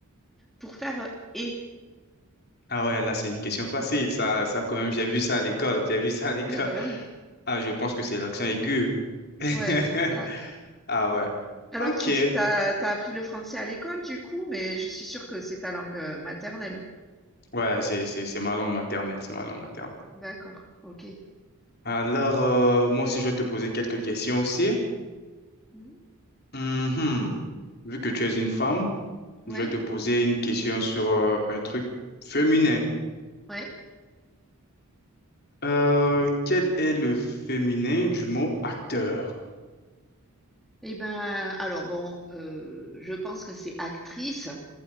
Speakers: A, in the centre; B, on the left.
A: pour faire euh, et?
B: Ah ouais, là, c'est une question facile. Ça, ça quand même, j'ai vu ça à l'école. J'ai vu ça à l'école.
A: Eh ben oui,
B: Ah, je pense que c'est l'accent aigu. <laughs>
A: ouais, c'est ça.
B: Ah ouais.
A: Alors
B: Ok.
A: tu dis que t'as t'as appris le français à l'école du coup, mais je suis sûre que c'est ta langue euh, maternelle.
B: Ouais, c'est, c'est, c'est ma langue maternelle, c'est ma langue maternelle.
A: D'accord, ok.
B: Alors, euh, moi aussi, je vais te poser quelques questions aussi.
A: Mmh.
B: Mhm. Vu que tu es une femme,
A: Ouais,
B: je vais te poser une question sur euh, un truc féminin.
A: ouais.
B: Euh, quel est le féminin du mot acteur?
A: Et ben, alors bon, euh, je pense que c'est actrice,